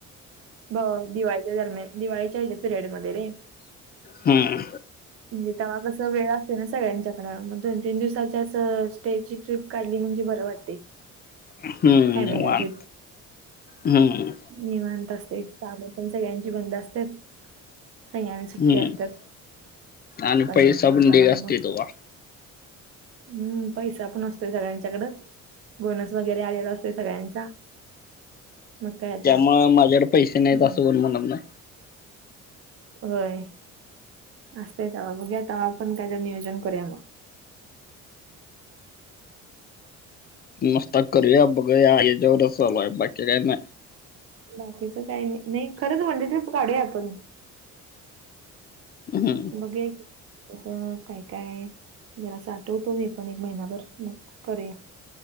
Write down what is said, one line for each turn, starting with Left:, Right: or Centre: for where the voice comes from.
Right: ब दिवाळीच्या दरम्यान, दिवाळीच्या ह्याच्यात पिरियडमध्ये रे.
Left: हम्म
Right: म्हणजे तवा कसं वेळ असते ना सगळ्यांच्याकड, मग दोन-तीन दिवसाच्या अस स्टेची ट्रीप काढली म्हणजे बरं वाटते.
Left: हम्म,
Right: फॅमिली
Left: निवांत.
Right: ट्रिप
Left: हम्म.
Right: निवांत असते, कामं पण सगळ्यांची बंद असत्यात सगळ्यांना सुट्ट्या
Left: हम्म
Right: असतात,
Left: आणि
Right: बघायचं
Left: पैसा
Right: मग,
Left: पण
Right: तेव्हा
Left: ढीग असतोय
Right: मग.
Left: तवा
Right: हम्म, पैसा पण असतोय सगळ्यांच्याकडं. बोनस वगैरे आलेला असतोय सगळ्यांचा. मग काय आता
Left: त्यामुळ माझ्याकडं पैसे नाहीत
Right: हम्म
Left: असं कोण म्हणत नाही.
Right: होय, असतंय तवा, बघूया तवा पण कायतरी नियोजन करूया मग.
Left: मस्ताक करूया, बघूया याच्यावरच चालू आहे. बाकी काही नाय.
Right: बाकीचं काही नाही, नाही खरंच वन डे ट्रिप काढूया आपण.
Left: हम्म
Right: बघूया असं काय काय, जरा साठवतो मी पण एक महिनाभर, मग करूया.